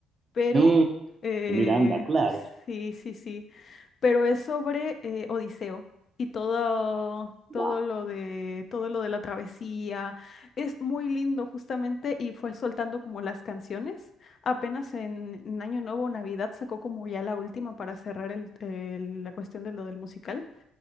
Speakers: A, on the left; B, on the right.
A: pero
B: Mm,
A: eh,
B: Miranda, claro.
A: sí, sí, sí pero es sobre eh, Odiseo y todo, todo
B: Wow.
A: lo de, todo lo de la travesía. Es muy lindo justamente y fue soltando como las canciones. Apenas en, en Año Nuevo o Navidad sacó como ya la última para cerrar el- el- la cuestión de lo del musical